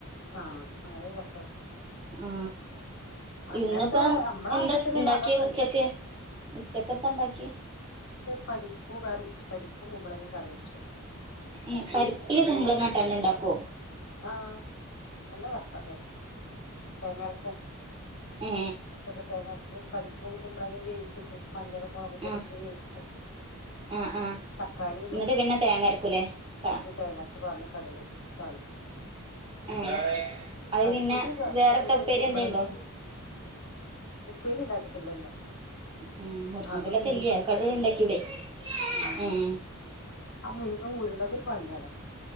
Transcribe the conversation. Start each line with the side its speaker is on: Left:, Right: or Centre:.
Left: ആഹ അങ്ങനെ രസം
Right: ആ
Left: അങ്ങനത്തെ
Right: ഇന്നിപ്പ
Left: നമ്മളെ
Right: എന്താ
Left: ആവശ്യത്തിനുള്ള
Right: ഉണ്ടാക്കിയാ
Left: അതൊക്കെ
Right: ഉച്ചക്ക്
Left: ഉണ്ട്
Right: ഉച്ചക്കത്ത ഉണ്ടാക്കി
Left: പരിപ്പുകറി പരിപ്പും കുമ്പ്ളങ്ങിം കറി വച്ചു
Right: ഏ പര്പ്പ്ല് കുമ്പ്ളങ്ങട്ടാണ്ട്ണ്ടാക്കോ
Left: ആഹ് നല്ല റസ കറി തേങ്ങരക്കും
Right: ഏ
Left: പച്ചക്ക് തേങ്ങരച്ചു പരിപ്പും കുമ്പ്ളങ്ങിം വേവിച്ചിട്ട് മഞ്ഞളും മുളകും പൊടിയിട്ട്
Right: ആഹ്
Left: വേവിക്കും
Right: ആഹ് ആഹ്
Left: തക്കാളി ഇടും
Right: എന്നിട്ട് പിന്നെ തേങ്ങ അരക്കൂലേ ത
Left: പിന്നെ തേങ്ങരച് പാർന്ന് കട്വൊട്ടിച്ച് താളി
Right: ഏഹ് അത്
Left: പരിപ്പ്ക്
Right: പിന്നെ
Left: ക
Right: വേറെത്തെ ഉപ്പേരി
Left: ക് കുമ്പ്ളങ്ങിം
Right: എന്തേ ഉണ്ടോ
Left: ഉപ്പേരി ണ്ടാക്കിട്ടില്ലന്ന്
Right: ഉം മുരിങ്ങന്റെലൊക്കെ
Left: അതും മീൻ
Right: ഇല്ലേ
Left: പൊരിച്ചത്ണ്ട്
Right: കടു ഉണ്ടാക്കിയൂടെ
Left: മ്
Right: ഉം
Left: ആ മുരിങ്ങ ഊരണതൊരു പണിയാണ്